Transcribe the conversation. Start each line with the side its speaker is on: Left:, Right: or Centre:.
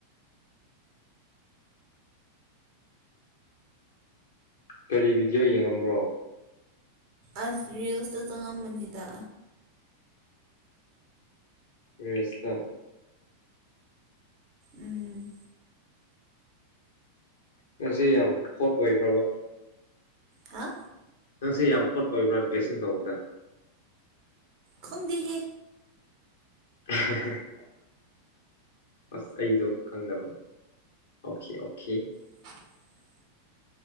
Left: ꯀꯔꯤ ꯚꯤꯗꯤꯑꯣ ꯌꯦꯡꯉꯝꯕ꯭ꯔꯣ
Right: ꯑꯁ ꯔꯤꯜꯁꯇ ꯆꯪꯉꯝꯕꯅꯤꯗ
Left: ꯔꯤꯜꯁꯇ
Right: ꯎꯝ
Left: ꯉꯁꯤ ꯌꯥꯝ ꯍꯣꯠ ꯑꯣꯏꯕ꯭ꯔꯕ
Right: ꯍꯥ
Left: ꯅꯪꯁꯦ ꯌꯥꯝ ꯍꯣꯠ ꯑꯣꯏꯕ꯭ꯔꯥ ꯗ꯭ꯔꯦꯁꯤꯡ ꯇꯧꯕꯗ
Right: ꯈꯪꯗꯦꯍꯦ
Left: <unintelligible> ꯑꯁ ꯑꯩꯗꯣ ꯈꯪꯗꯕ ꯑꯣꯈꯦ ꯑꯣꯈꯦ
Right: <unintelligible>